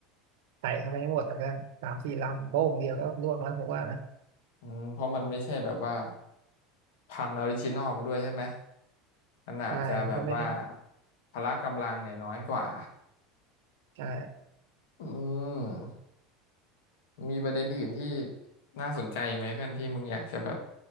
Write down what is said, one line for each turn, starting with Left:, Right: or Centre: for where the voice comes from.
Right: ใส่เข้าไปให้หมดนะเพื่อนสามสี่ลำโป้งเดียวก็ล่วงแล้วผมว่านะ
Left: อืมเพราะมันไม่ใช่แบบว่าพันธุ์ออริจินอลมันด้วยใช่ไหมมันอาจจะแบบว่า
Right: ใช่มันก็ไม่ได้
Left: พละกำลังเนี่ยน้อยกว่า
Right: ใช่
Left: อืม มีประเด็นอื่นที่น่าสนใจอีกไหมเพื่อนที่มึงอยากจะแบบ